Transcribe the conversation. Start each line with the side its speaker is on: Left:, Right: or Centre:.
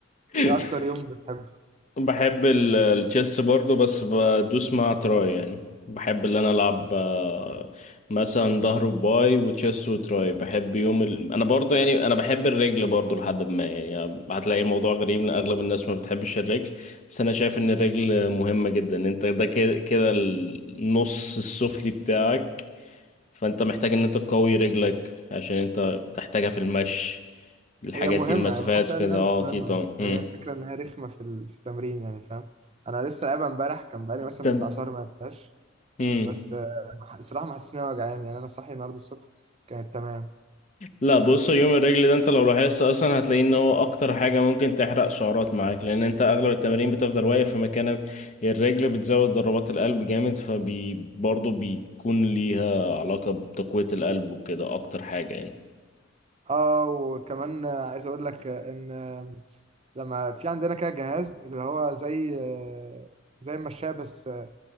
Left: <laughs>
Right: ايه اكتر يوم بتحبه
Left: بحب ال- التشيس برضو بس بدوس مع تراي يعني بحب اللي انا العب آه، مثلا ظهر وباي وتشيست وتراي بحب يوم ال... انا برضو يعني انا بحب الرجل برضو لحد ما يعني هتلاقي الموضوع غريب ان اغلب الناس ما بتحبش الرجل بس انا شايف ان الرجل مهمة جدا انت ده كده كده النص السفلي بتاعك فانت محتاج ان انت تقوي رجلك عشان انت بتحتاجها في المشي الحاجات
Right: هي مهمه
Left: دي المسافات
Right: يعني محدش قال
Left: وكده
Right: انها
Left: اه
Right: مش مهمه
Left: اكيد طبعا
Right: بس
Left: مم.
Right: هي الفكره ان هي رخمه في ال- في التمرين يعني فاهم انا لسه لعبها امبارح كان بقالي مثلا
Left: تم-
Right: بتاع شهر ما لعبتهاش
Left: مم.
Right: بس آه، ما ح- الصراحه ما حسيتش ان انا وجعان يعني انا صاحي النهارده الصبح كانت تمام
Left: لا
Right: اه
Left: بص يوم الرجل ده انت لو لاحظت اصلا هتلاقي ان هو اكتر حاجة ممكن تحرق سعرات معاك لان انت اغلب التمارين بتفضل واقف في مكانك الرجل بتزود ضربات القلب جامد فبي برضه بيكون ليها علاقة بتقوية القلب وكده اكتر حاجة يعني
Right: آه، وكمان آه، عايز اقول لك آه، ان آه، لما في عندنا كده جهاز اللي هو زي آه، زي المشاية بس آه،